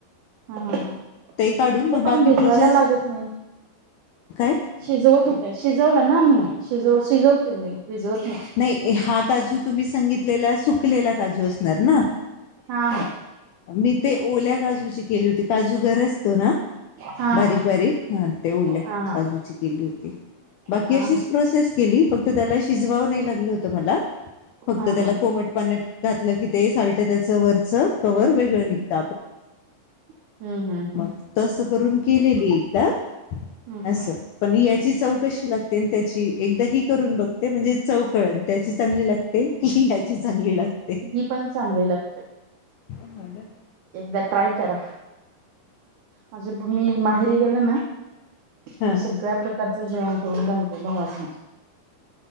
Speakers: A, on the right (about 70°); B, on the left (about 75°).
A: हा ह ह.
B: ते काढून मग
A: हे पण
B: बाकी
A: भिजवायला
B: प्रोसेस
A: लागत नाही
B: काय
A: शिजवत होते, शिजवलं ना मी. हा शिजव शिजवते मी भिजवत
B: नाही हा काजू तुम्ही सांगितलेला सु सुकलेला काजू असणार ना,
A: हा
B: मी ते ओल्या काजूची केली होती काजू गर असतो ना
A: हा
B: बारीक
A: हा
B: बारीक हा ते ओल्या
A: हा हा
B: काजूची केली होती होती. बाकी
A: हा
B: अशीच
A: हा
B: प्रोसेस केली फक्त तर त्याला शिजवावं नाही लागलं होत मला, फक्त
A: हा
B: त्याला
A: हा
B: कोमट पाण्यात घातलं की ते सालट त्याच वरचं कवर वेगळं निघत
A: हम्म हम्म हम्म
B: म तस करून केलेली एकदा
A: हम्म
B: अस
A: हम्म
B: पण या चौव कशी लागते त्याची एकदा ही करून बघते म्हणजे चौव कळल त्याची चांगली लागते, की याची चांगली लागते.
A: ही पण चांगली लागते.
B: ह ना.
A: एकदा ट्राय करा, माझे मी माहेरी गेले ना
B: हा
A: मी सगळ्या प्रकार जेवण करून घणते भावाच नाही